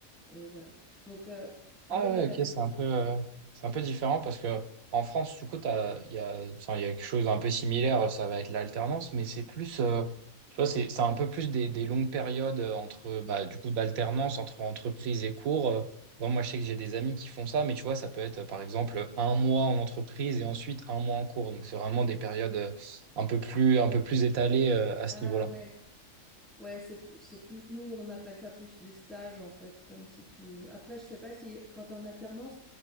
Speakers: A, in the centre; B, on the right (about 85°).
A: Et voilà. Donc, euh,
B: Ah
A: moi, j'avais
B: ouais, ok,
A: le
B: c'est
A: côté...
B: un peu, euh, c'est un peu différent parce que en France, du coup, t'as, il y a, enfin, il y a quelque chose d'un peu similaire, ça va être l'alternance, mais c'est plus, euh, tu vois, c'est, c'est un peu plus des, des longues périodes euh, entre, bah, du coup, d'alternance entre entreprise et cours. euh. Bon, moi, je sais que j'ai des amis qui font ça, mais tu vois, ça peut être, par exemple, un mois en entreprise et ensuite un mois en cours. Donc, c'est vraiment des périodes euh, un peu plus, un peu plus étalées, euh, à ce
A: Ah
B: niveau-là.
A: ouais, Ouais, c'est c'est plus nous, on appelle ça plus des stages en fait, comme si tu. Après, je sais pas si quand tu es en alternance,